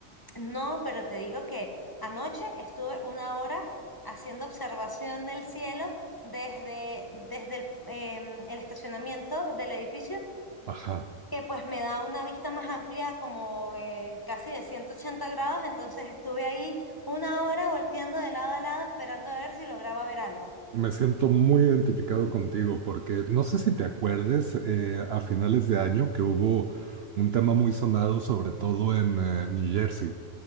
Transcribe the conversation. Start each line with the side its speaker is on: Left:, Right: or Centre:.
Left: no, pero te digo que anoche estuve una hora haciendo observación del cielo desde, desde el, em, el estacionamiento del edificio
Right: Ajá.
Left: que pues me da una vista más amplia, como eh, casi de 180 grados, entonces estuve ahí una hora volteando de lado a lado esperando a ver si lograba ver algo.
Right: Me siento muy identificado contigo porque no sé si te acuerdes eh, a finales de año que hubo un tema muy sonado, sobre todo en eh, New Jersey.